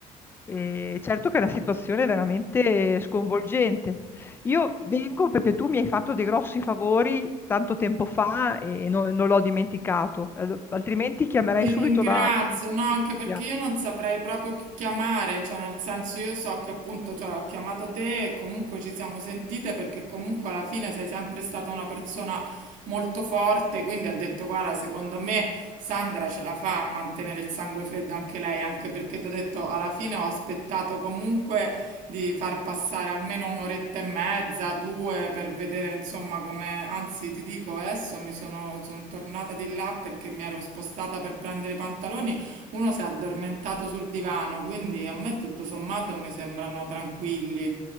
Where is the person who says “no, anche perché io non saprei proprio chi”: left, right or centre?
Right